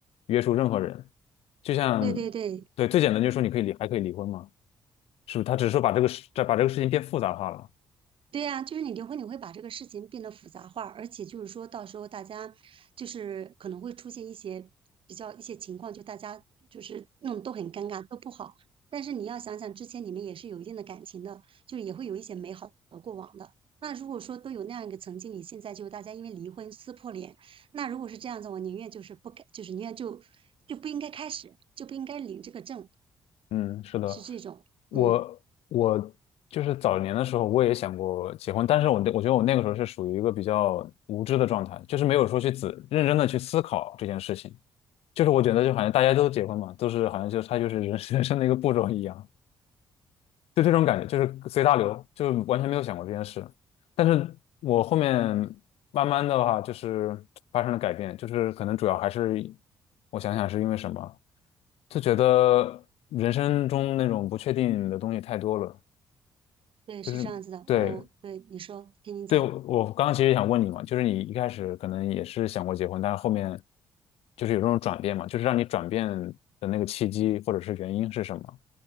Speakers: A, on the left; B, on the right.
A: 约束任何人。就像
B: 对对对，
A: 对最简单就是说你可以离还可以离婚嘛，是不是？他只是说把这个事把这个事情变复杂化了。
B: 对呀，就是你离婚，你会把这个事情变得复杂化，而且就是说到时候大家就是可能会出现一些比较一些情况，就大家就是弄得都很尴尬，都不好。但是你要想想，之前你们也是有一定的感情的，就是也会有一些美好的过往的。那如果说都有那样一个曾经，你现在就大家因为离婚撕破脸，那如果是这样子，我宁愿就是不该，就是宁愿就就不应该开始，就不应该领这个证，
A: 嗯，是的，
B: 是这种。
A: 我我就是早年的时候我也想过结婚，
B: 嗯，
A: 但是我那我觉得我那个时候是属于一个比较无知的状态，就是没有说去仔认真的去思考这件事情。就是我觉得就好像大家都结婚嘛，都是好像就他就是人 <laughs> 人生的一个步骤一样。就这种感觉，就是随大流，就完全没有想过这件事。但是我后面慢慢的话，就是发生了改变，就是可能主要还是我想想是因为什么，就觉得人生中那种不确定的东西太多了，
B: 对，
A: 就是对
B: 是这样子的。我对你说，听你讲。
A: 对，我刚刚其实想问你嘛，就是你一开始可能也是想过结婚，但是后面就是有这种转变嘛，就是让你转变的那个契机或者是原因是什么？